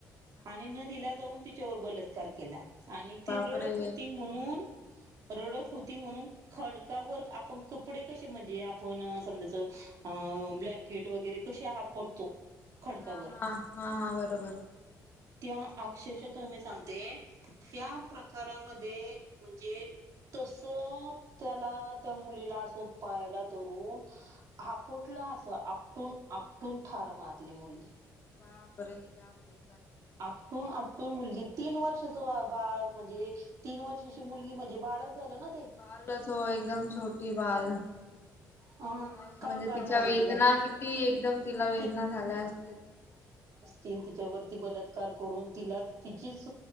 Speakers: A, on the left; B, on the right.
A: अच्छा.
B: आणि नदीला जाऊन तिच्यावर बलत्कार केला आणि
A: बापरे
B: ती रडत होती म्हणून
A: हा
B: रडत होती म्हणून खड कावर आपण कपडे कशे म्हणजे आपण समजायच अ अ ब्लॅन्केट वगैरे कशे आप कोतो खडकावर
A: हा हा हा हा बरोबर
B: त्या
A: तस
B: अक्षरशः ताई मी सांगते त्या प्रकारामध्ये म्हणजे तस त्याला त्या मुलीला अस पायाला धरून आपटलं हा अस आपटून आपटून ठार मारली मुलगी
A: बापरे जाम ब
B: आपटून आपटून मुलगी तीन वर्षाच बा बाळ म्हणजे तीन वर्षाची मुलगी म्हणजे बाळच झालं ना ते
A: बालच हो एकदम छोटी बाल काय
B: अ काय
A: म्हणजे
B: कळणार
A: तिच्या
B: आहे
A: वेदना
B: तिला
A: किती एकदम तिला वेदना
B: कि
A: झाल्या असतील
B: तेन तिच्यावर बलत्कार करून तिला तिचीच